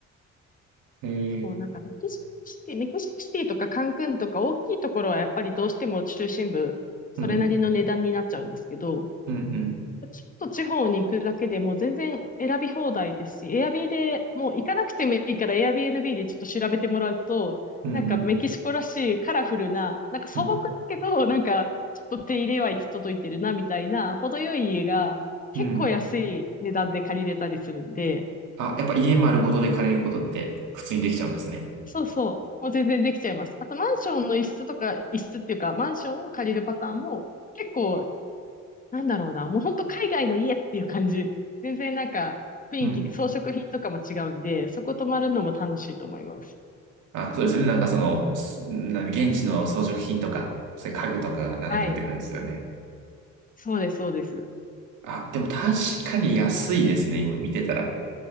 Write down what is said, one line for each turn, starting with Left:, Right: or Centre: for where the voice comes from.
Right: えー、
Left: そう、なんかメキシコシティ、メキシコシティとかカンクンとか大きいところはやっぱりどうしても中心部、それなりの値段になっちゃうんですけど、
Right: うん、うん、うん、
Left: ちょっと地方に行くだけでもう全然選び放題ですし、エアビーでもう行かなくてもいいから Airbnb でちょっと調べてもらうと、
Right: うん、
Left: なんかメキシコらしいカラフルな、
Right: うん、
Left: なんか素朴だけど、
Right: うん、
Left: なんかちょっと手入れは行き届いてるなみたいな、程よい家が結構安い値段で借りれたりするんで、
Right: うん。あ、やっぱ家丸ごとで借りることって普通にできちゃうんですね。
Left: そうそう。もう全然できちゃいます。あと、マンションの一室とか、一室っていうか、マンションを借りるパターンも、結構、なんだろうな、もう本当海外の家っていう感じ。全然なんか、雰囲気、
Right: うん。
Left: 装飾品とかも違うんで、そこ泊まるのも楽しいと思います。
Right: あ、そうですね。なんかその、すなん現地の装飾品とか、そういう家具とかが並んでるって感じですよね。
Left: はい。そうです、そうです。
Right: あ、でも確かに安いですね、今見てたら。